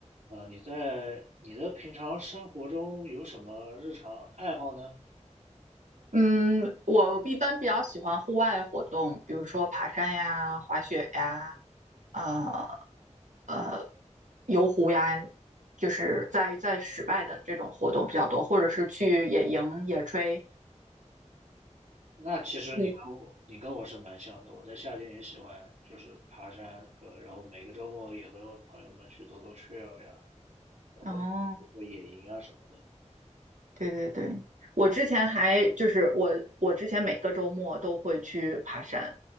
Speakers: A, on the right; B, on the right.
A: 啊，你在你的平常生活中有什么日常爱好呢？
B: 嗯，我一般比较喜欢户外活动，比如说爬山呀、滑雪呀、呃呃游湖呀，就是在在室外的这种活动比较多，或者是去野营、野炊。
A: 那其实你跟我你跟我是蛮像的，
B: 嗯，
A: 我在夏天也喜欢就是爬山和，然后每个周末也和朋友们去走走 trail 呀，然后有个野营啊什么的。
B: 哦，对对对，我之前还就是我我之前每个周末都会去爬山，